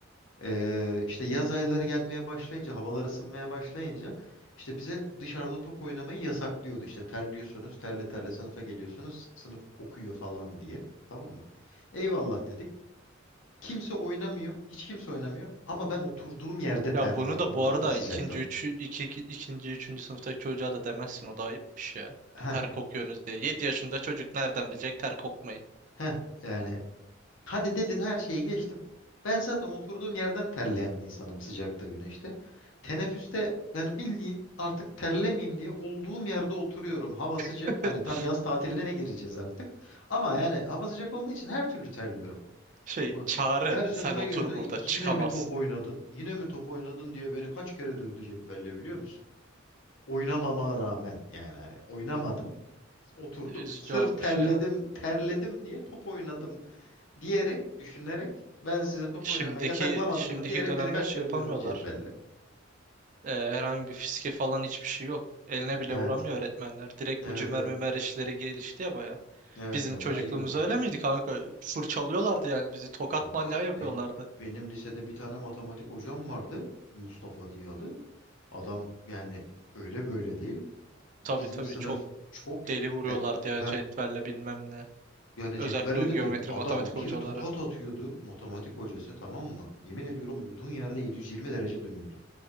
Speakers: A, on the left (about 70°); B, on the right (about 40°).
A: Ee, işte yaz ayları gelmeye başlayınca, havalar ısınmaya başlayınca işte bize dışarıda top oynamayı yasaklıyordu. İşte terliyorsunuz, terle terle sınıfa geliyorsunuz, sı- sınıf kokuyor falan diye. Tamam mı? Eyvallah dedik. Kimse oynamıyor, hiç kimse oynamıyor ama ben oturduğum yerde terliyorum.
B: Ya bunu da
A: Anladın
B: bu arada
A: mı sıcaktan?
B: ikinci, üçü, iki, ikinci, üçüncü sınıftaki çocuğa da demezsin o da ayıpmış ya.
A: Heh,
B: Ter kokuyorsunuz diye. 7 yaşında çocuk nereden bilecek ter kokmayı?
A: heh. Yani Hadi dedin her şeyi geçtim. Ben zaten oturduğum yerden terleyen bir insanım sıcakta güneşte. Teneffüste yani bildiğin artık terlemeyeyim diye olduğum yerde oturuyorum. Hava sıcak.
B: <laughs>
A: Hani tam yaz tatiline ne gireceğiz artık. Ama yani hava sıcak olduğu için her türlü terliyorum.
B: Şey,
A: Ulan
B: Çağrı
A: her sınıfa
B: sen otur
A: geliyordu.
B: burada
A: Yine
B: çıkamazsın.
A: mi top oynadın? Yine mi top oynadın diye beni kaç kere dövdü cetvelle biliyor musun? Oynamama rağmen yani hani oynamadım. Oturdum.
B: Üzücü
A: Sırf
B: olmuş
A: terledim,
B: ya.
A: terledim diye top oynadım diyerek, düşünerek ben size top
B: Şimdiki
A: oynamayı yasaklamadım
B: şimdiki
A: mı diyerek
B: dönemler
A: beni kaç
B: şey
A: kere
B: yapamıyorlar.
A: dövdü cetvelle.
B: Ee, herhangi bir fiske falan hiçbir şey yok. Eline bile
A: Evet.
B: vuramıyor öğretmenler. Direkt
A: Evet
B: bu cümer
A: evet.
B: mümer işleri gelişti ya baya.
A: Evet
B: Bizim
A: vallahi
B: çocukluğumuz
A: iyi oldu.
B: öyle miydi kanka? Fırçalıyorlardı yani bizi. Tokat
A: Kanka
B: manyağı yapıyorlardı.
A: benim benim lisede bir tane matematik hocam vardı. Mustafa diye adı. Adam yani öyle böyle değil. Bizim
B: Tabii tabii
A: sınıf
B: çok
A: çok
B: deli vuruyorlardı
A: de, ha
B: ya cetvelle bilmem ne.
A: yani
B: Özellikle
A: cetvelle
B: o geometri
A: de değil. Adam
B: matematik
A: bir
B: hocaları.
A: tokat atıyordu matematik hocası tamam mı? Yemin ediyorum olduğun yerde 720 derece dönüyordun.